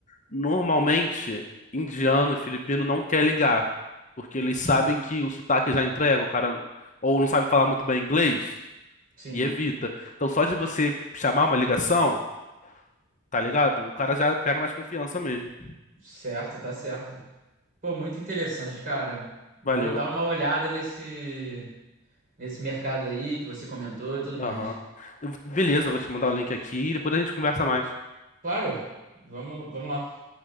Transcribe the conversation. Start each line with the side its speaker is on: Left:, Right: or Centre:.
Left: Normalmente, indiano e filipino não quer ligar, porque eles sabem
Right: Uhum.
Left: que o sotaque já entrega, o cara ou não sabe falar muito bem inglês
Right: Sim.
Left: e evita. Então, só de você chamar uma ligação, tá ligado? O cara já pega mais confiança mesmo.
Right: Certo, tá certo. Pô, muito interessante, cara. Vou
Left: Valeu.
Right: dar uma olhada nesse nesse mercado aí que você comentou e tudo mais.
Left: Aham. Eu- Beleza, eu vou te mandar o link aqui e depois a gente conversa mais.
Right: Claro, vamos, vamos lá.